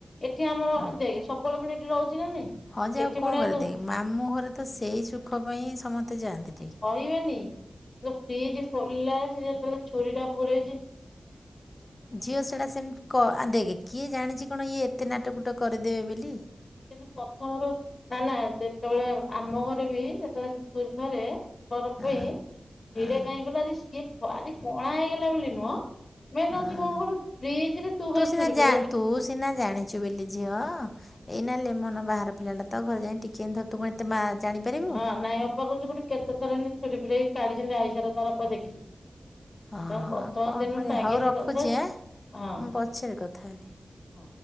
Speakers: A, on the left (about 50°); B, on the left (about 35°).
A: ଏଠି ଆମର
B: ହଁ
A: ଦେଖ ସବୁବେଳେ ପୁଣି ଏଠି ରହୁଛି ନା ନାଇଁ।
B: ହଁ ଯେ
A: ଏଠି
B: ଆଉ କଣ
A: ପୁଣି
B: କରିବା
A: ତାକୁ
B: ଦେଖ ମାମୁଁ ଘରେ ତ ସେଇ ସୁଖ ପାଇଁ ସମସ୍ତେ ଯାଆନ୍ତି ଟିକେ।
A: ଯିବେନି ଫ୍ରିଜ ଖୋଲିଲା ସେ ଯେତେବେଳେ ଛୁରୀ ଟା ପୁରଇଛି
B: ଝିଅ ସେଟା ସେମିତି କ ଆ ଦେଖେ କିଏ ଜାଣିଛି କଣ ଇଏ ଏତେ ନାଟକୁଟ କରିଦେବେ ବେଲି।
A: କିନ୍ତୁ ପ୍ରଥମରୁ ନା ନା ଯେତେବେଳେ ଆମ ଘରେ ବି ଯେତେବେଳେ ସେ ଛୁରୀ ଧରେ ଖର
B: ହଁ
A: ପାଇଁ ସେଇଡା
B: ହଁ
A: କାହିଁ କହିଲୁ ଆଜି ସିଏ ଆଜି କଣା ହେଇଗଲା ବୋଲି ନୁହଁ। ମେନ୍
B: ହଁ
A: ହଉଚି କଣ କହିଲୁ ଫ୍ରିଜ୍ ରେ ତୁ କାଇଁ
B: ସିନା
A: ଛୁୁରି
B: ଜା
A: ପୁରେଇ
B: ତୁ ସିନା ଜାଣିଛୁ ବୋଲି ଝିଅ। ଏଇନା ଲେମନ ବାହାର ପିଲାଟା ତାକୁ ଘରେ ଯାଇ ଟିକେ ଏମିଥ ତୁ କଣ ଏତେ ମା ଜାଣିପାରିବୁ।
A: ହଁ ନାଇଁ ଅପା କହୁଛି ଗୋଟେ କେତେଥରେ ଏମନ୍ତି ଛୁରୀ ଫୁରେଇ କାଢିଛନ୍ତି ଆଇ ତର ତରପ ଦେଖିଛି
B: ହଁ ଆଉ
A: ତାଙ୍କୁ ପ୍ରଥମ
B: କଣ
A: ଦିନ
B: କରିବା
A: ତାଗିଦ୍
B: ହଉ ରଖୁଛି
A: କରିଦ ହଁ
B: ଆଁ ମୁଁ
A: ହଁ।
B: ପଛରେ କଥା ହେବି।
A: ହଁ।